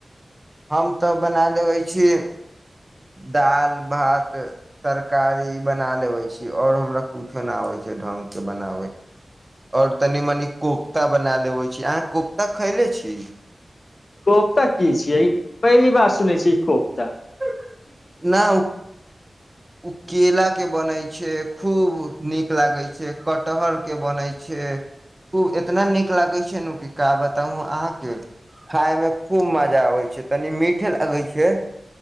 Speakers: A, on the right (about 25°); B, on the left (about 60°).
A: हम तऽ बना लेबै छी दालि भात तरकारी बना लेबै छी आओर हमरा कुछो न आबे छै ढंग के बनाबै आओर तनि मनी कोख्ता बना लेबै छी अहाँ कोख्ता खैले छी
B: कोफता की छियै पहली बार सुनै छियै ई कोपता
A: न ओ ओ केला के बनै छै खूब नीक लागे छै कटहर के बनै छै खूब एतना नीक लागे